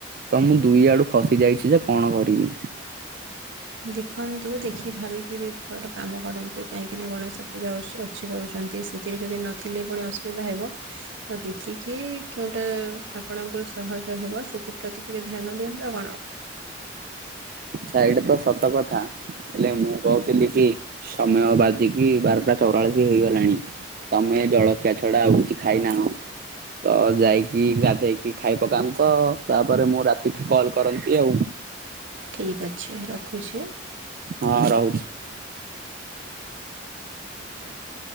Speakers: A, on the right; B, on the right.
A: ତୋ ମୁଁ ଦୁଇ ଆଡୁ ଫସି ଯାଇଛି ଯେ କଣ କରିବି।
B: ଦେଖନ୍ତୁ ଦେଖି ଭାବିକିରି ବି କାମ କରନ୍ତୁ କାହିଁକି ନା ଗଣେଶ। ପୂଜା ଉତ୍ସବ ଅଛି କହୁଛନ୍ତି ସେଥିରେ ଯଦି ନ ଥିଲେ ପୁଣି ଅସୁବିଧା ହେବ। ତୋ ଦେଖିକି କେଉଁଟା ଆପଣଙ୍କୁ ସହଜ ହେବ ସେଥି ପ୍ରତି ଟିକେ ଧ୍ୟାନ ଦିଅନ୍ତୁ ଆଉ ଆପଣ।
A: ସାଇଟା ତ ସତ କଥା। ହେଲେ ମୁଁ କହୁଥିଲି କି ସମୟ ବାଜିକି ବାରଟା ଚଉରାଳିଶି ହେଇ ଗଲାଣି। ତମେ ଜଳଖିଆ ଛଡ଼ା ଆଉ କିଛି ଖାଇନାହଁ? ତ ଯାଇକି ଗାଧେଇକି ଖାଇ ପକାନ୍ତ ତା ପରେ ମୁଁ ରାତିଠୁ କଲ କରନ୍ତି ଆଉ।
B: ଠିକ୍ ଅଛି ରଖୁଛି।
A: ହଁ ରହୁଛି।
B: <inaudible>